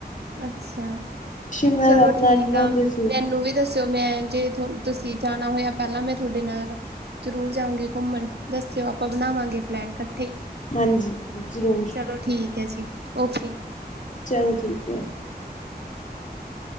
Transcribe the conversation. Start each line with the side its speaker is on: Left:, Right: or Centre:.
Right: ਅੱਛਾ
Left: ਸ਼ਿਮਲਾ
Right: ਚਲੋ
Left: ਦਾ ਪਲੈਨ
Right: ਠੀਕ
Left: ਬਣਾਉਂਦੇ
Right: ਆ
Left: ਸੀ
Right: ਮੈਨੂੰ ਵੀ। ਦੱਸੋਓ ਮੈਂ ਤੁਸੀਂ ਜਾਣਾ ਹੋਇਆ ਪਹਿਲਾਂ ਮੈਂ ਤੁਹਾਡੇ ਨਾਲ। ਜ਼ਰੂਰ ਜਾਉਂਗੀ ਘੁੰਮਣ ਦੱਸਿਓ ਆਪਾਂ ਬਣਾਵਾਂਗੇ ਪਲੈਨ ਕੱਠੇ ਹੀ।
Left: ਹਾਂਜੀ ਜ਼ਰੂਰ
Right: ਚਲੋ ਠੀਕ ਹੈ ਜੀ ਓਕੇ।
Left: ਚਲ ਠੀਕ ਆ।